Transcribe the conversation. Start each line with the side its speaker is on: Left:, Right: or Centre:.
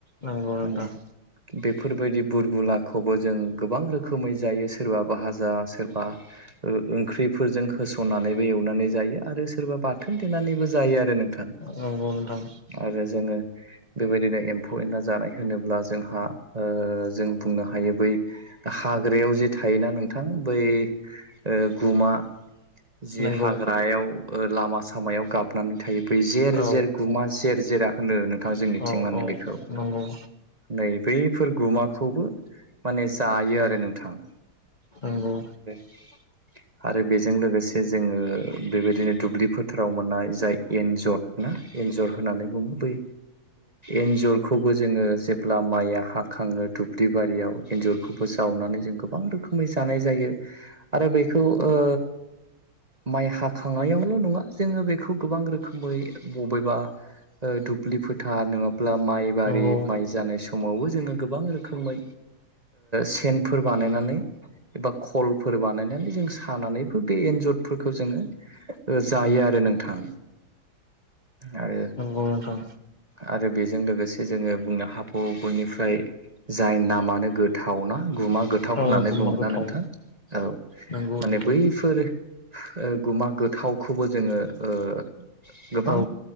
Left: नंगौ नोंथां।
Right: माने बेफोरबायदि बुरबुलाखौबो जों गोबां रोखोमै जायो सोरबा भाजा सोरबा ओ ओंख्रिफोरजों होसननानैबो एवनानै जायो आरो सोरबा बाथोन देनानैबो जायो आरो नोंथां।
Left: नंगौ नोंथां
Right: आरो जोङो बेबायदिनो एम्फौ एनला जानाय होनोब्ला जोंहा ओ जों बुंनो हायो बै हाग्रायाव जे थायोना नोंथां बै ओ गुमा जि
Left: नंगौ
Right: हाग्रायाव ओ लामा सामायाव गाबनानै थायो बै जेर
Left: औ
Right: जेर गुमा जेर जेरा होनो नोंथां जोंनिथिं
Left: औ
Right: माने
Left: औ
Right: बेखौ
Left: नंगौ
Right: नै बैफोर गुमाखौबो माने जायो आरो नोंथां।
Left: नंगौ
Right: <inaudible> आरो बेजों लोगोसे जोङो बेबायदिनो दुब्लि फोथाराव मोननाय जाय एनजर ना एन्जर होननानै बुङो बै एन्जरखौबो जोङो जेब्ला माइया हाखाङो दुब्लि बारियाव एन्जरखौबो जावनानै जों गोबां रोखोमै जानाय जायो आरो बेखौ ओ माइ हाखांनायावल' नङा जोङो बेखौ गोबां रोखोमै बबेबा ओ दुब्लि फोथार नङाब्ला माइबारि
Left: नंगौ
Right: माइ जानाय समावबो जोङो गोबां रोखोमै सेनफोर बानायनानै एबा खल फोर बानायनानै जों सानानैबो बे एन्जरफोरखौ जोङो जायो आरो नोंथां आरो
Left: नंगौ नोंथां
Right: आरो बेजों लोगोसे जोङो बुंनो हाबायो बेनिफ्राय जाय नामानो गोथाव ना गुमा गोथाव
Left: औ
Right: होननानै बुङोना
Left: गोथाव
Right: नोंथां। औ
Left: नंगौ
Right: माने
Left: नंगौ
Right: बैफोर ओ गुमा गोथावखौबो जोङो ओ गोबां
Left: औ